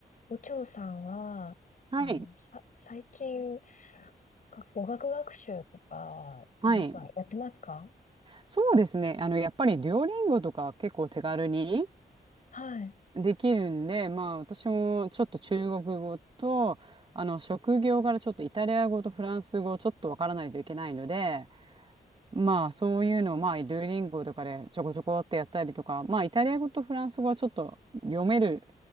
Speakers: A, on the left; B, on the right.
A: お嬢さんは、
B: はい。
A: あの、さ、最近、か語学学習とか、
B: はい。
A: なんかやってますか
B: そうですね。あの、やっぱりデュオリンゴとか結構手軽に
A: はい。
B: できるんで、まあ私もちょっと中国語と、あの、職業からちょっとイタリア語とフランス語ちょっとわからないといけないので、まあそういうのをまあデュオリンゴとかでちょこちょこってやったりとか、まあイタリア語とフランス語はちょっと読める、